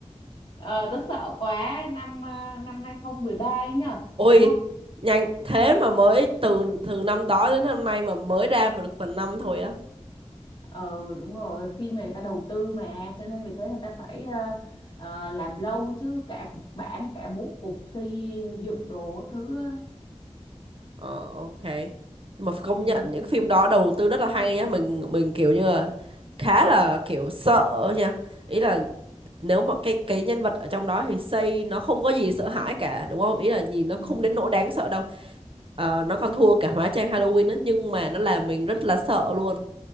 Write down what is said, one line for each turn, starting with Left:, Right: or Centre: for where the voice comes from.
Left: Ờ, tớ sợ quá năm ờ, năm 2013 ấy nhở
Right: Ôi,
Left: đúng không
Right: nhanh thế mà mới từ từ năm đó đến năm nay mà mới ra được phần năm thôi á.
Left: ờ đúng rồi phim này người ta đầu tư mà cho nên vì thế người ta phải ờ, ờ, làm lâu chứ cả kịch bản cả bố cục xây dựng đồ các thứ á.
Right: Ờ ok. Nhưng mà công
Left: ừ,
Right: nhận những phim đó đầu tư rất là hay nhá, mình mình kiểu như là khá là kiểu sợ nha. Ý là nếu mà cái cái nhân vật ở trong đó thì xây nó không có gì sợ hãi cả, đúng không? Ý là nhìn nó
Left: ừ,
Right: không đến nỗi đáng sợ đâu. Ờ,
Left: ừ.
Right: nó còn thua cả hóa trang Halloween á, nhưng mà nó làm mình rất là sợ luôn.